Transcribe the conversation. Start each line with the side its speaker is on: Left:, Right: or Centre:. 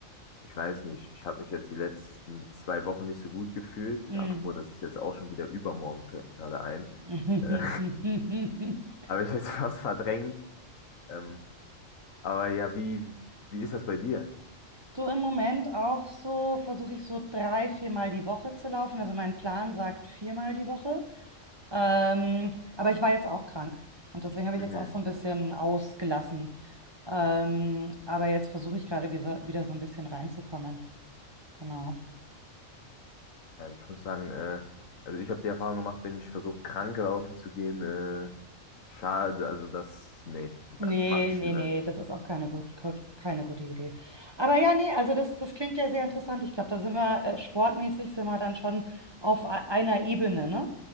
Left: ich weiß nicht, ich habe mich jetzt die letzten zwei Wochen nicht so gut gefühlt.
Right: Mm.
Left: Apropos, das ist jetzt auch schon wieder übermorgen, fällt mir gerade ein.
Right: <laughs>
Left: Äh, <laughs> habe ich jetzt fast verdrängt. Ähm, aber ja, wie, wie ist das bei dir?
Right: Du im Moment auch so, versuche ich so drei, viermal die Woche zu laufen. Also mein Plan sagt viermal die Woche. Ähm, aber ich war jetzt auch krank und deswegen habe
Left: Mhm.
Right: ich jetzt auch so ein bisschen ausgelassen. Ähm, aber jetzt versuche ich gerade wieder, wieder so ein bisschen reinzukommen. Genau.
Left: Ja, ich muss sagen, äh, also ich habe die Erfahrung gemacht, wenn ich versuche, krank laufen zu gehen, äh, schade, also das, nee,
Right: Nee,
Left: mache ich
Right: nee,
Left: lieber
Right: nee,
Left: nicht.
Right: das ist auch keine gut, kaut- keine gute Idee. Aber ja, nee, also das, das klingt ja sehr interessant. Ich glaube, da sind wir äh, sportmäßig sind wir dann schon auf e- einer Ebene, ne?